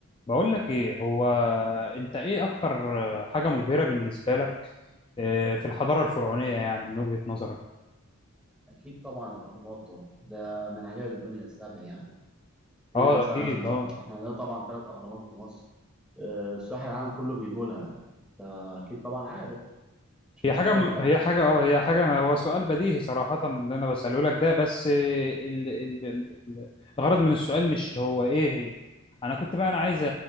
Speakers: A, on the left; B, in the centre.
A: بقول لك ايه هو انت ايه اكتر حاجة مبهرة بالنسبة لك آه، في الحضارة الفرعونية يعني من وجهة نظرك
B: أكيد طبعا الأهرامات طبعا ده من عجائب الدنيا السبع يعني في
A: اه
B: مثلا
A: اكيد اه
B: احنا عندنا طبعا ثلاث أهرامات في مصر آه، سياح العالم كله بيجوا لها أنت أكيد طبعا عارف مش
A: هي
B: مستاهلة
A: حاجة م...
B: يعني
A: هي حاجة اه هي حاجة أنا هو سؤال بديهي صراحة اللي انا بسأله لك ده بس آه، ال... ال... ال- الغرض من السؤال مش هو ايه هي انا كنت بقى انا عايز أ-